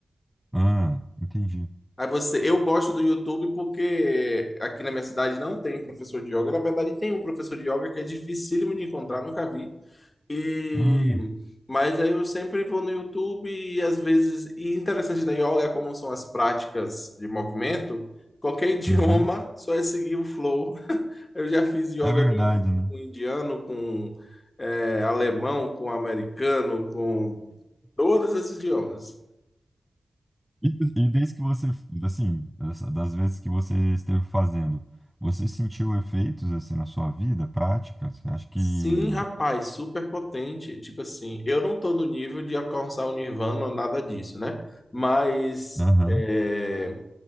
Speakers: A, in the centre; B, on the left.
A: Ah, entendi.
B: Aí você, eu gosto do YouTube porque aqui na minha cidade não tem professor de yoga. Na verdade, tem um professor de yoga que é dificílimo de encontrar, nunca vi. E
A: Ah,
B: mas aí eu sempre vou no YouTube e às vezes, e interessante da yoga como são as práticas de movimento, qualquer <laughs> idioma,
A: uhum.
B: só é seguir o flow. <laughs> Eu já fiz yoga
A: É verdade,
B: no YouTube
A: né?
B: com um indiano, com é, alemão, com um americano, com Todos esses idiomas.
A: E, e desde que você, assim, dessa- das vezes que você esteve fazendo, você sentiu efeitos, assim, na sua vida prática? Você acha que...
B: Sim, rapaz, super potente. Tipo assim, eu não tô no nível de alcançar o Nirvana ou nada disso, né? Mas
A: Aham,
B: é,